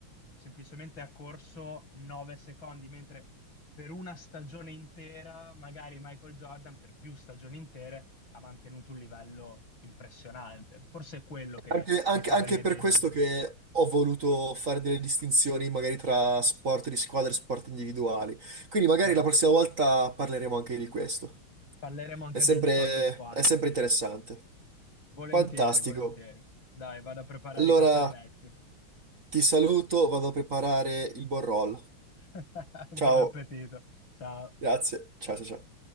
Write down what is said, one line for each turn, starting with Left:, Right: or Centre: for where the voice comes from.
Left: semplicemente ha corso 9 secondi, mentre per una stagione intera, magari Michael Jordan per più stagioni intere ha mantenuto un livello impressionante. Forse è quello che
Right: Anche, anche-
Left: mi fa
Right: anche
Left: venire
Right: per
Left: dei
Right: questo
Left: dubbi.
Right: che ho voluto fare delle distinzioni magari tra sport di squadra e sport individuali. Quindi
Left: Sì,
Right: magari la prossima volta parleremo anche di questo.
Left: parleremo anche
Right: È sempre,
Left: degli sport di squadra,
Right: è sempre
Left: sì.
Right: interessante.
Left: Volentieri,
Right: Fantastico.
Left: volentieri. Dai, vado a preparare
Right: Allora
Left: i cappelletti.
Right: ti saluto, vado a preparare il buon roll.
Left: <laughs>
Right: Ciao,
Left: Buon appetito. Ciao.
Right: grazie. Ciao, ciao, ciao.